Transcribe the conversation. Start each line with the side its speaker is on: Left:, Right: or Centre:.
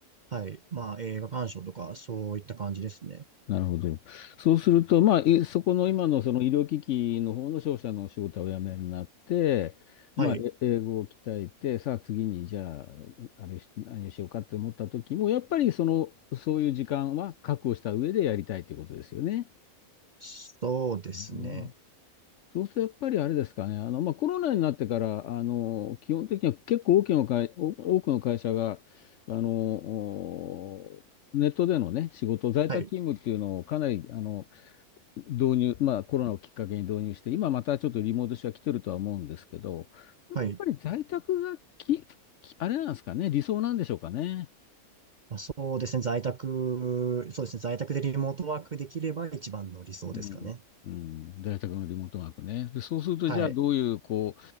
Right: はい、まあ映画鑑賞とかそういった感じですね。
Left: なるほど。そうすると、まあ、いそこの今のその医療機器の方の商社のお仕事をお辞めになって、まあ、
Right: はい。
Left: え英語を鍛えて、さあ次にじゃあ、あれし、何をしようかって思った時も、やっぱりその、そういう時間は確保した上でやりたいということですよね。
Right: そうですね。
Left: うんそうするとやっぱりあれですかね、あのまあ、コロナになってから、あの基本的には結構大きな会、お多くの会社があのおネットでの、ね、仕事、在宅勤務っていうのをかなりあの
Right: はい。
Left: 導入、まあ、コロナをきっかけに導入して、今またちょっとリモート化は来てるとは思うんですけど、やっぱり在宅がき、
Right: はい。
Left: きあれなんですかね、理想なんでしょうかね。
Right: まあ、そうですね。在宅、そうですね。在宅でリモートワークできれば一番の理想ですかね。
Left: うん、うん、在宅のリモートワークね。で、そうすると、
Right: はい。
Left: じゃあどういう、こ